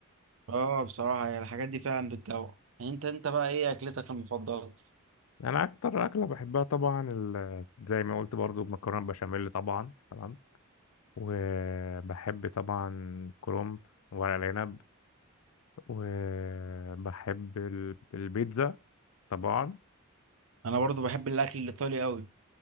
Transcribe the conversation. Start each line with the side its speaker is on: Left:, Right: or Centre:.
Right: اه بصراحة هي الحاجات دي فعلا بتجوع يعني انت انت بقى ايه اكلتك المفضلة
Left: <laughs> انا اكتر اكله بحبها طبعا ال- زي ما قلت برضو المكرونه بشاميل طبعا تمام وبحب طبعا كرومب ورق العنب وبحب ال- البيتزا طبعا
Right: انا برضو بحب الاكل الايطالي قوي